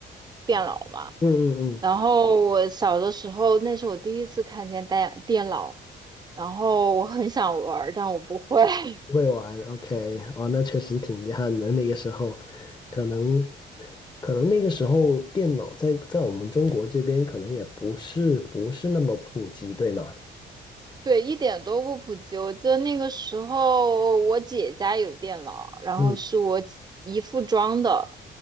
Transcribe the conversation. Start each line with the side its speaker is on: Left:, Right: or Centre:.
Right: 电脑嘛。
Left: 嗯嗯嗯
Right: 然后我小的时候，那是我第一次看见电电脑，然后我很想玩儿但我不会。<laughs>
Left: 不会玩，OK，哦，那确实挺遗憾的。那个时候，可能，可能那个时候电脑在在我们中国这边可能也不是不是那么普及，对吗？
Right: 对，一点都不普及。我记得那个时候，我姐家有电脑，然后是我姨父装的，
Left: 嗯，